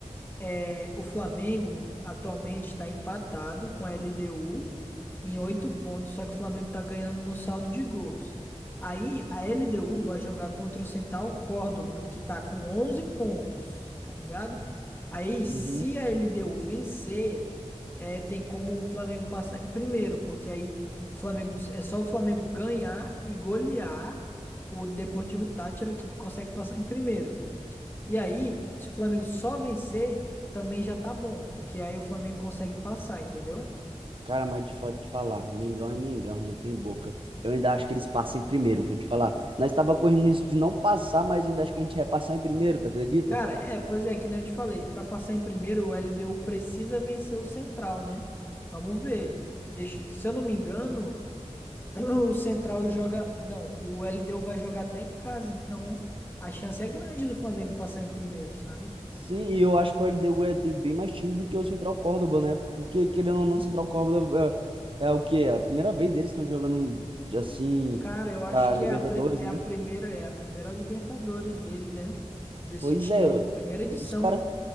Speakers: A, on the left; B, on the right.
A: É, o Flamengo atualmente está empatado com a LDU em oito pontos, só que o Flamengo está ganhando no saldo de gols. Aí a LDU vai jogar contra o Central Córdoba, que tá com 11 pontos, tá ligado? Aí se
B: Uhum.
A: a LDU vencer, é, tem como o Flamengo passar em primeiro, porque aí o Flamengo é só o Flamengo ganhar e golear o Deportivo Táchira que consegue passar em primeiro. E aí, se o Flamengo só vencer, também já tá bom, porque aí o Flamengo consegue passar, entendeu?
B: Cara, mas de foda de falar, Mengão é Mengão, não tem boca. Eu ainda acho que eles passam em primeiro, vou te falar. Nós estava correndo nisso de não passar, mas eu ainda acho que a gente vai passar em primeiro,
A: Sim.
B: tu acredita?
A: Cara, é, pois é, que nem eu te falei, pra passar em primeiro, o LDU precisa vencer o Central, né? Vamos ver. Deixa- se eu não me engano, <clears throat> o Central joga. Não, o LDU vai jogar até em casa, então a chance é grande do Flamengo passar em primeiro, sabe?
B: Sim, e eu acho que o LDU é, tem bem mais time do que o Central Córdoba, né? Porque, querendo
A: Sim.
B: ou não, o Central Córdoba é, é o quê? É a primeira vez deles que estão jogando, assim,
A: Cara, eu acho
B: pra
A: que
B: Libertadores,
A: é a, pri- é
B: né?
A: a primeira, é a primeira Libertadores dele, né? Desse
B: Pois
A: time,
B: é,
A: primeira edição.
B: os cara,